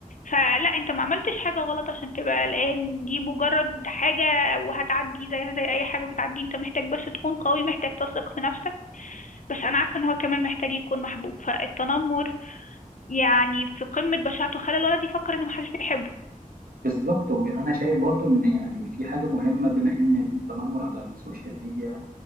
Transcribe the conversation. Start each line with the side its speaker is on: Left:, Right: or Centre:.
Left: فلا انت ما عملتش حاجة غلط عشان تبقى قلقان دي مجرد حاجة وهتعدي زيها زي اي حاجة بتعدي انت محتاج بس تكون قوي محتاج تثق في نفسك بس انا عارفه ان هو كمان محتاج يكون محبوب فالتنمر يعني في قمه بشاعته خلى الولد يفكر ان محدش بيحبه
Right: بالظبط وانا شايف برضو ان يعني في حاجه مهمه بما ان التنمر على السوشيال ميديا